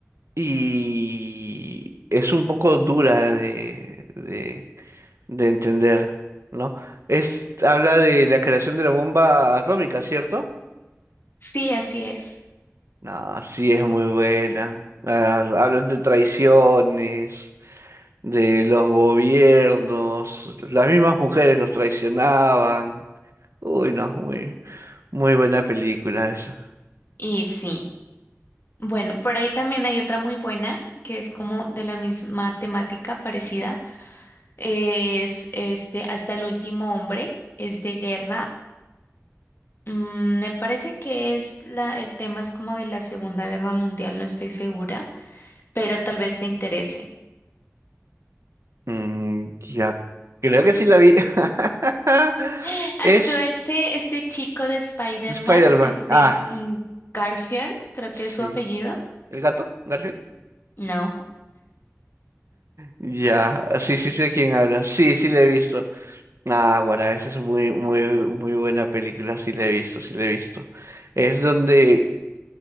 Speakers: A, on the right; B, on the left.
A: y es un poco dura de, de- de entender, ¿no? Es, habla de la creación de la bomba atómica, ¿cierto?
B: sí, así es.
A: No, sí es muy buena. Ah, hablan de traiciones, de los gobiernos, las mismas mujeres los traicionaban. Uy, no, muy, muy buena película esa.
B: Y sí. Bueno, por ahí también hay otra muy buena que es como de la misma temática parecida. Es este Hasta el último hombre, es de guerra. Mm, me parece que es la, el tema es como de la Segunda Guerra Mundial, no estoy segura, pero tal vez te interese. <gasps>
A: Mm, ya, creo que sí la vi. <laughs>
B: <laughs> Actúa
A: Es
B: este, este chico de Spider-Man,
A: Spider-Man.
B: este
A: Ah,
B: mm, Garfield, creo
A: sí.
B: que es su apellido.
A: ¿El gato? ¿Garfield?
B: No.
A: Ya, sí, sí sé de quién habla. Sí, sí le he visto. Ah, guará, esa es muy, muy, muy buena película, sí la he visto, sí la he visto. Es donde